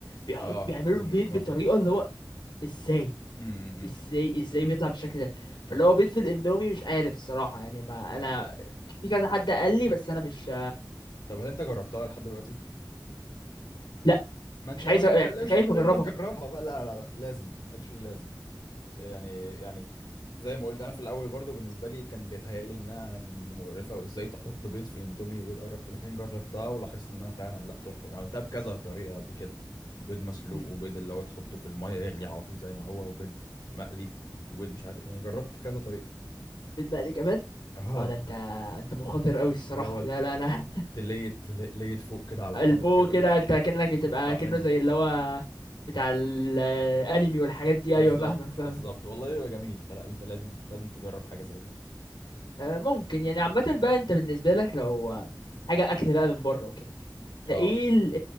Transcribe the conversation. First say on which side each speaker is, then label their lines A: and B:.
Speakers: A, on the left; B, on the left.
A: بيحط
B: اه
A: بيعملوا
B: المكمافن
A: البيض بطريقه اللي هو ازاي
B: امم
A: ازاي ازاي بيطلع بالشكل ده فاللي هو بيض في الاندومي مش عارف الصراحه يعني ما انا في كذا حد قال لي بس انا مش
B: طب هل انت جربتها لحد دلوقتي
A: لا
B: ما انت
A: مش عايز
B: ما تتكلمش
A: أ- يعني خايف
B: من غير
A: اجربها
B: ما تجربها بقى لا لا لا لازم اكشلي لازم يعني يعني زي ما قلت انا في الاول برضو بالنسبه لي كان بيتهيألي انها مقرفه وازاي تحط بيض في اندومي وايه القرف ده لكن جربتها ولاحظت انها فعلا لا تحفه وعملتها بكذا طريقه قبل كده بيض مسلوق
A: مم.
B: وبيض اللي هو تحطه في الميه يغلي على طول زي ما هو وبيض مقلي وبيض مش عارف إيه. يعني جربت كذا طريقه
A: بيض مقلي كمان
B: اه
A: اه ده انت انت مخاطر قوي الصراحه
B: اللي هو ت-
A: لا لا انا
B: ت- تليت تليت فوق
A: <laughs>
B: كده على الطبق
A: الفوق
B: كده
A: كده انت كأنك بتبقى
B: وتقطع
A: كأنه
B: منه
A: زي اللي هو بتاع ال- الانمي والحاجات دي
B: بالظبط
A: ايوه فاهمك فاهمك
B: بالظبط والله هو جميل فلا انت لازم لازم تجرب حاجه زي دي
A: آه، ممكن يعني عامه بقى انت بالنسبه لك لو آه، حاجه اكل بقى من بره وكده
B: اه
A: ايه ال-